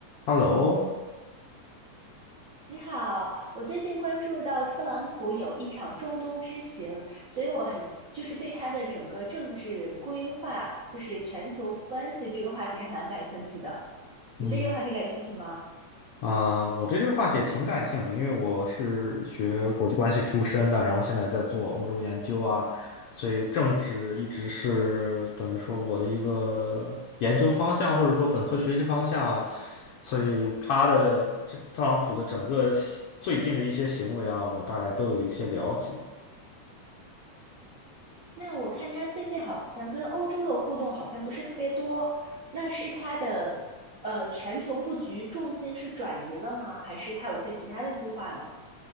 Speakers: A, on the left; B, on the right.
A: Hello，
B: 你好，我最近关注到特朗普有一场中东之行，所以我很就是对他的整个政治规划，就是全球关系这个话题还蛮感兴趣的。你对这个话题感兴趣吗？
A: 嗯啊、我对这个话题也挺感兴趣，因为我是学国际关系出身的，然后现在在做欧洲研究啊，所以政治一直是等于说我的一个研究方向，或者说本科学习方向啊，所以他的这特朗普的整个行最近的一些行为啊，我大概都有一些了解。
B: 那我看他最近好像跟欧洲的互动好像不是特别多，那是他的呃全球布局重心是转移了吗？还是他有一些其他的计划呢？